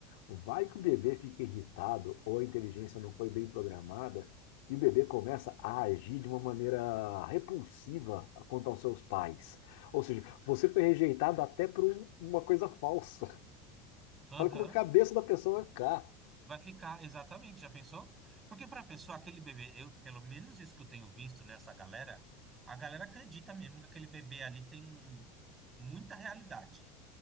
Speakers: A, on the left; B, on the right.
A: Vai que o bebê fica irritado ou a inteligência não foi bem programada e o bebê começa a agir de uma maneira repulsiva quanto aos seus pais. Ou seja, você foi rejeitado até por um- uma coisa falsa.
B: Aham.
A: Olha como a cabeça da pessoa vai ficar.
B: Vai ficar, exatamente, já pensou? Porque para a pessoa, aquele bebê, eu, pelo menos isso que eu tenho visto nessa galera, a galera acredita mesmo que aquele bebê ali tem muita realidade.